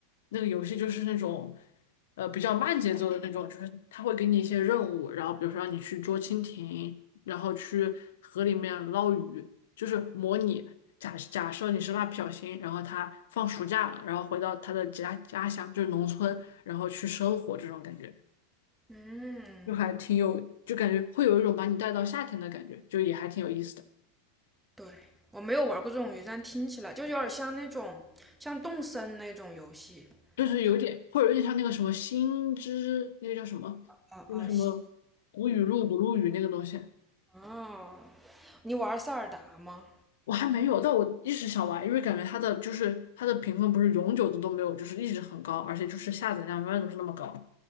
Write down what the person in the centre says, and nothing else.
嗯，
对，我没有玩过这种游戏，但听起来就有点像那种像动森那种游戏，
就啊啊西
啊。你玩塞尔达吗？